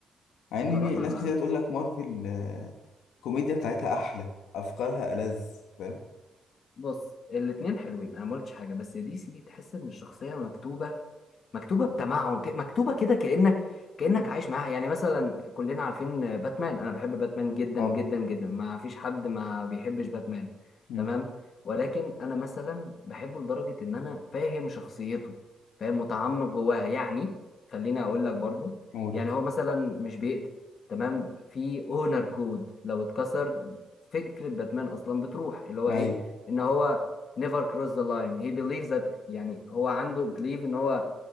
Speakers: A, on the left (about 90°); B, on the left (about 60°).
A: مع
B: بصراحه
A: ان ناس
B: انا
A: كتير تقول لك مارفل آه، الكوميديا بتاعتها احلى افكارها ألذ فاهم
B: بص الاتنين حلوين انا ما قلتش حاجه بس دي سي تحس ان الشخصيه مكتوبه مكتوبه بتمعن ك- مكتوبه كده كانك كانك
A: مم.
B: عايش معاها يعني مثلا كلنا عارفين باتمان انا بحب باتمان جدا
A: طبعا
B: جدا جدا ما فيش حد ما بيحبش باتمان
A: مم.
B: تمام ولكن انا مثلا بحبه لدرجه ان انا فاهم شخصيته فاهم متعمق جواها يعني خليني اقول لك برضو
A: نقول
B: يعني هو مثلا مش بيقتل تمام في اونر كود لو اتكسر فكره باتمان اصلا بتروح اللي هو
A: ايوه
B: ايه ان هو never cross the line he believes that يعني هو عنده belief ان هو